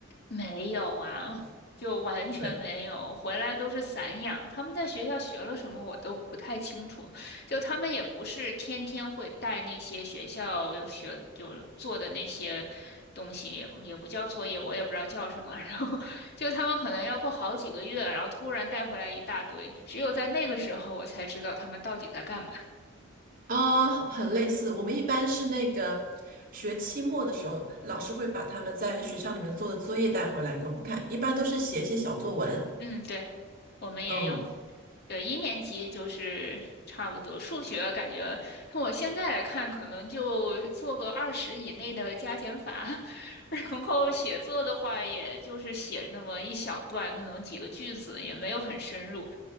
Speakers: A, on the left; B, on the right.
A: 没有啊，就完全没有，
B: 对，
A: 回来都是散养。他们在学校学了什么，我都不太清楚。就他们也不是天天会带那些学校学就做的那些东西，也不也不叫作业，我也不知道叫什么。<laughs> 然后就他们可能要过好几个月，然后突然带回来一大堆，只有在那个时候我才知道他们到底在干嘛。
B: 啊，很类似。我们一般是那个学期末的时候，老师会把他们在学校里面做的作业带回来给我们看，一般都是写一些小作文。
A: 嗯，对，我们也有。
B: 嗯，
A: 对，一年级就是差不多。数学感觉，从我现在来看，可能就做个二十以内的加减法，<laughs> 然后写作的话，也就是写那么一小段，可能几个句子，也没有很深入。